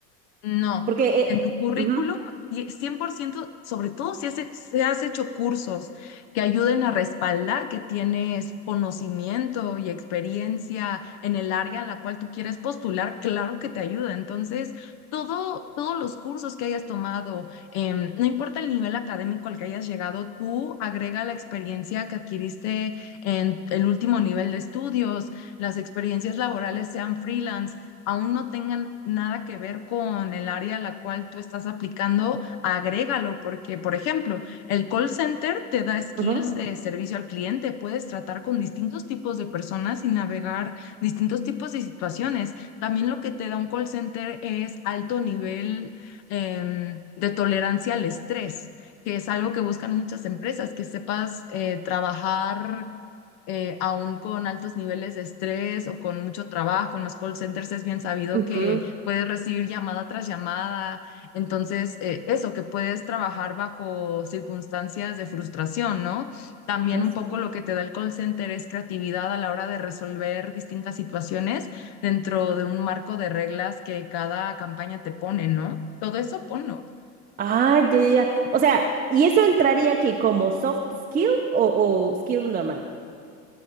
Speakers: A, on the left; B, on the right.
A: No,
B: Porque... eh,
A: en tu currículum,
B: ujú,
A: y 100%, sobre todo si has, he- si has hecho cursos que ayuden a respaldar que tienes conocimiento y experiencia en el área a la cual tú quieres postular, claro que te ayuda. Entonces, todo, todos los cursos que hayas tomado, em, no importa el nivel académico al que hayas llegado, tú agrega la experiencia que adquiriste en el último nivel de estudios, las experiencias laborales sean freelance aún no tengan nada que ver con el área a la cual tú estás aplicando, agrégalo, porque, por ejemplo, el call center te da skills
B: ujú,
A: de servicio al cliente, puedes tratar con distintos tipos de personas y navegar distintos tipos de situaciones. También lo que te da un call center es alto nivel em, de tolerancia al estrés que es algo que buscan muchas empresas, que sepas eh, trabajar eh, aún con altos niveles de estrés o con mucho trabajo. En los call centers es bien sabido
B: ujú.
A: que puedes recibir llamada tras llamada. Entonces, eh, eso, que puedes trabajar bajo circunstancias de frustración, ¿no? También
B: Ah,
A: un
B: sí.
A: poco lo que te da el call center es creatividad a la hora de resolver distintas situaciones dentro de un marco de reglas que cada campaña te pone, ¿no? Todo eso ponlo.
B: Ah, ya, ya, ya. O sea, ¿y eso entraría aquí como soft skill o, o skill normal?